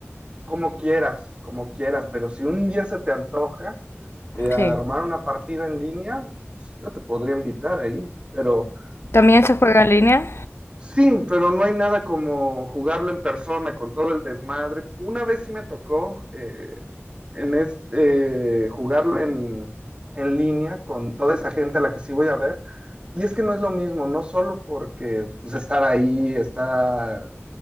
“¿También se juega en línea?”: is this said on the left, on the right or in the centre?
Left